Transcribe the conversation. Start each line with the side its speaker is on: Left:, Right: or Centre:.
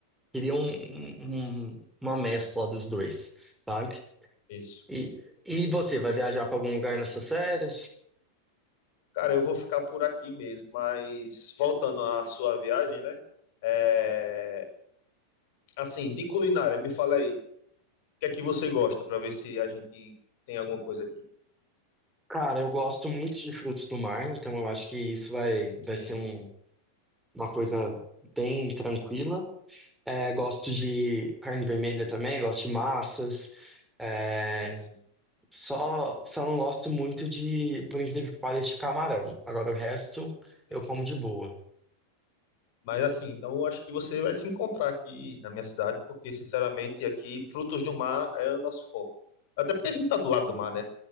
Centre: Queria um, um- um- uma mescla dos dois, sabe?
Left: isso.
Centre: E, e você, vai viajar pra algum lugar nessas férias?
Left: Cara, eu vou ficar por aqui mesmo, mas voltando à sua viagem, né? É, assim, de culinária, me fala aí, o que é que você gosta, para ver se a gente tem alguma coisa aqui.
Centre: Cara, eu gosto muito de frutos do mar, então eu acho que isso vai, vai
Left: Sim,
Centre: ser um- uma coisa bem tranquila. É, gosto de carne vermelha também, gosto de massas. É,
Left: sim, sim,
Centre: só, só não gosto muito de, por incrível que pareça, de camarão. Agora o resto
Left: sim.
Centre: eu como de boa.
Left: Mas assim, então eu acho que você vai se encontrar aqui na minha cidade, porque sinceramente aqui frutos do mar é o nosso forte. Até porque a gente tá do lado do mar, né?